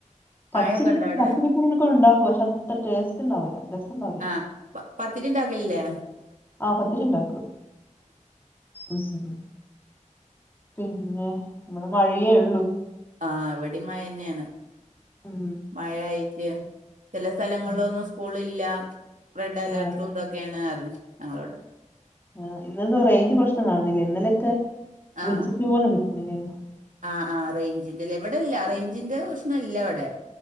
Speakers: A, on the left; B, on the right.
A: പച്ചിരിന്
B: മഴയൊക്കെ ഉണ്ടോ അവിടെ
A: പച്ചരിപ്പുടിനോക്കെ ഒണ്ടാക്കും പക്ഷെ അത്ത്ര ടേസ്റ്റ്ണ്ടാവില്ല രസം ണ്ടാവില്ല.
B: ആഹ് പ പത്തിരിണ്ടാക്കലില്ലേ?
A: ആഹ് പത്തിരിണ്ടാക്കും ഉം പിന്നെ ഇവിടെ മഴയേ ഉള്ളു
B: ആഹ് ഇവിടെയും മയ തന്നെയാണ്
A: ഉം
B: മയയായിട്ട് ചെല സ്ഥലങ്ങളിലൊന്നും
A: ഉം.
B: സ്ക്കൂളില്ല റെഡ് അലേർട്ടും
A: ആ,
B: ഇതൊക്കെയാണ്ന്ന് പറഞ്ഞ് ഞങ്ങളോട്
A: ആ ഇന്നന്തൊ റേഞ്ച് പ്രശ്നം കാണുന്നില്ല ഇന്നലെയൊക്കെ
B: ആഹ്
A: വിളിച്ചിട്ടു പോലും കിട്ടുന്നിലായിരുന്നു
B: ആഹ് ആഹ് റേഞ്ചിന്റെല്ലേ ഇവിടെ ഇല്ല റേഞ്ചിന്റെ പ്രശ്നം ഇല്ല ഇവിടെ